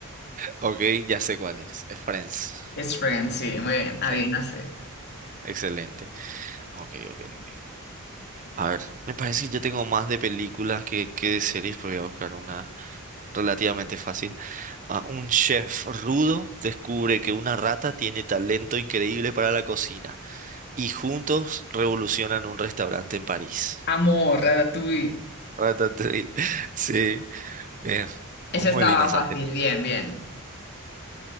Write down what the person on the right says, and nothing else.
Ok, ya sé cuál es. Es Friends.
Sí, excelente. Ok, ok, ok. A ver, me parece que yo tengo más de películas que, que de series, pero voy a buscar una relativamente fácil. Ah, un chef rudo descubre que una rata tiene talento increíble para la cocina. y juntos revolucionan un restaurante en París.
Ratatouille. <laughs> Sí, es
muy
linda esa
película.